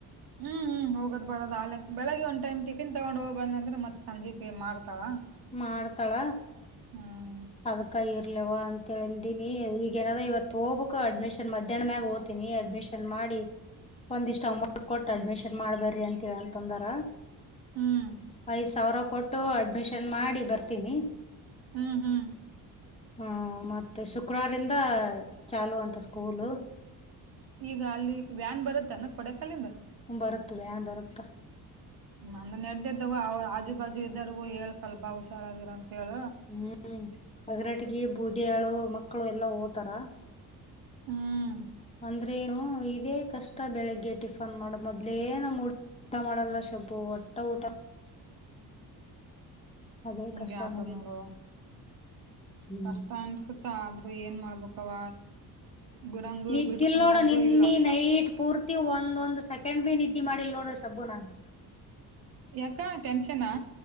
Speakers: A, on the right (about 65°); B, on the left (about 15°).
A: ಹ್ಮ್ ಹ್ಮ್ ಹೋಗೋದ ಬರದು ಅ ಆೇಗ್ ಬೆಳಗ್ ಒಂದ್ಟೈ್ ಟಿಫಿನ್ ತಗೊಂಡ್ ಹೋಗ್ ಬಂದ ಅಂದ್ರೆ ಮತ್ೆ ಸಂಜಿಕೆ ಮಾಡ್ತಾರ
B: ಮಾಡ್ತಾಳ
A: ಹ್ಮ್
B: ಅದ್ಕ ಇರ್ಲವಾ ಅಂತಂದಿನಿ ಈಗ ನಾದ ಇವತ್ತು ಹೋಗ್ಬೇಕಕ್ು ಅಡ್ಮಿಷನ್ ಮಧ್ಯಾಹ್ನ ಮ್ಯಾಗ ಓ್ತೀನಿ ಅಡ್ಮಿಷನ್ ನ್ ಮಾಡಿ
A: <inaudible>
B: ಒಂದಿಷ್ಟ ಒಂಬತ್ ಕೊಟ್ಟ ಅಡ್ಮಿಷನ್ ಮಾಡ್ಬರ್ರಿ ಅಂತೀವ ಅಂತಂದರ
A: ಹ್ಮ್
B: ಐದ್ ಸಾವಿರ ಕೊಟ್ಟು ಅಡ್ಮಿಷನ್ ಮಾಡಿ ಬರ್ತೀನಿ
A: ಹ್ಮ್ ಹ್ಮ್
B: ಹ್ಮ ಮತ್ತೆ ಶುಕ್ರವಾರಿಂದ ಚಾಲು ಅಂತ ಸ್ಕೂಲು
A: ಈಗ ಅಲ್ಲಿ ವ್ಯಾನ್ ಬರುತ್ತ ಅನ ಕೊಡೆ ಕಾಲಿಂದ
B: ಬತ್ತ ಬ್ಯಾನ್ ಬರುತ್ತಾ
A: ಅಂದ್ರೆ ನೆಡ್ದ್ದಗ ಅವ ಆಜು ಬಾಜು ಇದರ್ಗು ಹೇಳ ಸ್ವಲ್ಪ ಹುಷಾರಾಗಿರ ಅಂತ ಹೇಳ
B: ಹ್ಮ್ ಅಗರಾಟಗ ಬೂದಿಯಾಳು ಮಕ್ಕಳು ಎಲ್ಲಾ ಹೋ್ತಾರ
A: ಹ್ಮ್
B: ಅಂದ್ರೆ ನು ಇದೇ ಕಷ್ಟ ಬೆಳಗ್ಗೆ ಟಿಫನ್ ಮಾಡೋ ಮೊದ್ಲೇ ನ ಊಟ ಮಾಡಲ್ಲ ಶಬ್ಬು ಒಟ್ಟ ಊಟ ಅದೇ
A: ಹಿಂಗೆ
B: ಕಷ್ಟ
A: ಯತನ್ನೋಡವ
B: ನೋಡಿ ಹ್ಮ್
A: ಕಷ್ಟ ಅನ್ಸುತ್ತ ಆದ್ರೂ ಏನ್ ಮಾಡ್ಬೇಕವ ಬಿಡಂಗು
B: ನಿದ್ದಿಲ್
A: ಬಿಟ್ ಕುಂದ್ರಂಗೂ
B: ನೋಡ ನಿನ್ನ
A: ಇಲ್ಲ
B: ನೈಟ್ ಪೂರ್ತಿ ಒಂದೊಂದು್ ಸೆಕಂಡ್ ಬಿ ನಿದ್ದಿ ಮಾಡಿಲ್ ನೋಡ್ರಿ ಶಬ್ಬು ನಾನ್
A: ಯಕ್ಕ ಟೆನ್ಷನಾ